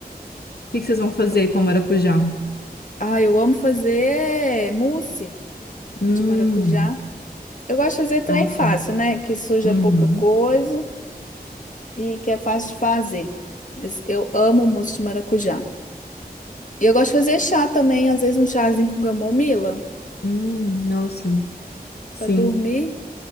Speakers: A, on the left; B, on the left.
A: que que vocês vão fazer com maracujá?
B: Ah, eu amo fazer mousse.
A: Hum,
B: de maracujá. Eu gosto de fazer trem
A: nossa.
B: fácil, né? Que suja
A: Uhum.
B: pouca coisa e que é fácil de fazer. Mas Eu amo moço de maracujá. E eu gosto de fazer chá também, às vezes um chazinho com camomila
A: Hum, nossa. Sim,
B: para dormir.